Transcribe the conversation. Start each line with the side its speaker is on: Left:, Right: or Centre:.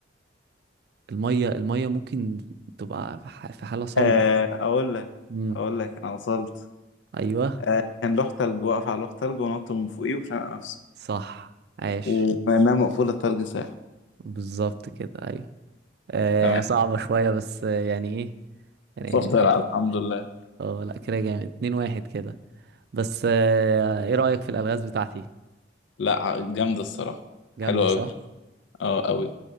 Right: المية المية ممكن تبقى في ح- في حالة صلبة
Left: آه أقول لك
Right: امم
Left: أقول لك أنا وصلت
Right: ايوه
Left: آه كان لوح تلج واقف على لوح تلج ونط من فوقيه وشنق نفسه
Right: صح عاش
Left: ومعناها مقفولة التلج ساعة
Right: بالظبط كده ايوه آه
Left: تمام
Right: صعبة شوية بس آه، يعني ايه يعني
Left: اتفضل الحمد لله
Right: اه لا كده جامد اتنين واحد كده بس آه، ايه رأيك في الألغاز بتاعتي
Left: لا ع- جامدة الصراحة
Right: جامدة
Left: حلوة
Right: صح
Left: أوي أه
Right: طب
Left: أوي